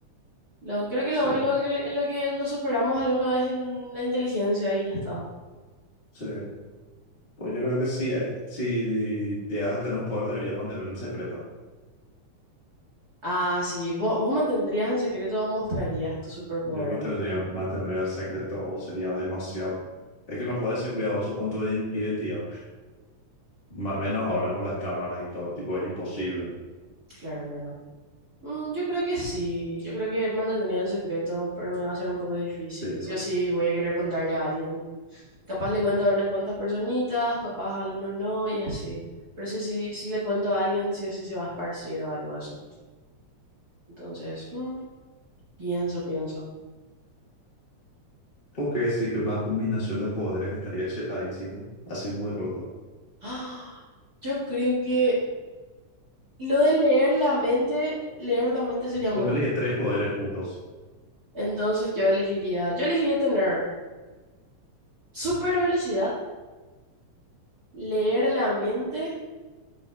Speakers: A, on the right; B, on the left.
A: Lo, creo que
B: Sí,
A: lo único que, en lo que nos superamos alguno es en la inteligencia y ya está.
B: sí. Pues yo creo que sí, eh, si llegas a tener un poder, deberías mantenerlo en secreto.
A: Ah, sí, vos, vos mantendrías en secreto o mostrarías tu superpoder.
B: Yo mantendría, mantendría en secreto o sería demasiado. Es que no puedes ser cuidadoso con tu ident- identidad, ma- menos ahora con las cámaras y todo, tipo, es imposible.
A: Claro, claro. Mm, yo creo que sí, yo creo que mantendría en secreto, pero me va a ser un poco difícil.
B: Sí, no.
A: Sí o sí voy a querer contarle a alguien. Capaz le cuento a unas cuantas personitas, capaz a algunos no, y así. Pero sí, sí, sí le cuento a alguien, sí o sí se va a esparcir o algo de eso. Entonces, mm, pienso, pienso.
B: Ok, sí, que una combinación de poderes estaría chetadísimo, así muy roto.
A: ¡Ah! Yo creo que lo de leer la mente, leer la mente sería muy
B: Ponele
A: bueno.
B: que tres poderes juntos.
A: Entonces yo elegiría, yo elegiría tener super velocidad, leer la mente